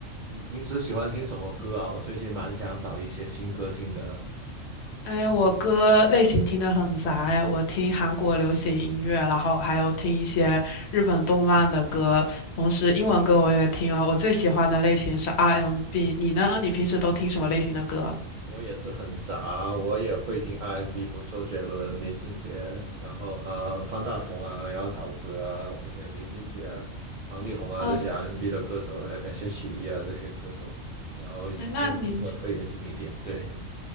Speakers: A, on the right (about 75°); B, on the left (about 60°).
A: 你平时喜欢听什么歌啊？我最近蛮想找一些新歌听的。
B: 哎，我歌类型听得很杂哎，我听韩国流行音乐，然后还有听一些日本动漫的歌，同时英文歌我也听啊。我最喜欢的类型是 R&B，m 你呢？你平时都听什么类型的歌？
A: 我也是很杂，我也会听 R&B，N 不，周杰伦、林俊杰，然后呃方大同啊，然后陶喆啊这些，林俊杰啊、王力宏啊这些
B: 嗯，
A: R&B N 的歌手，呃 S.H.E 啊这些歌手，然后用英文歌也听一点，
B: 哎，那你，
A: 对。